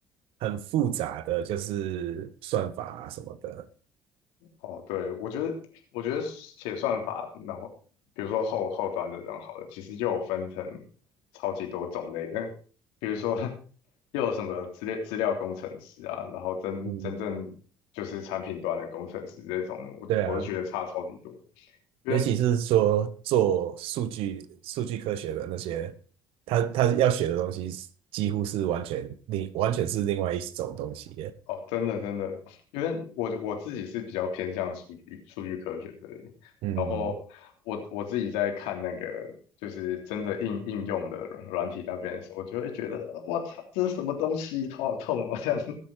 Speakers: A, on the right (about 60°); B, on the left (about 65°).
A: 很复杂的，就是算法啊什么的。
B: 哦，对，我觉得我觉得写算法，然后比如说后后端的，然后好了，其实又有分成超级多种类的，比如说 <laughs> 又有什么资料资料工程师啊，然后真真正就是产品端的工程师这种的，
A: 嗯，
B: 我我就觉得差超级多。
A: 对啊，
B: 因为
A: 尤其是说做数据数据科学的那些，他他要学的东西几乎是完全另完全是另外一种东西耶
B: 哦，真的真的，因为我我自己是比较偏向数据数据科学的，
A: 嗯，
B: 然后我我自己在看那个就是真的应应用的软软体那边的时候，我就会觉得我操，这是什么东西，头好痛哦，这样。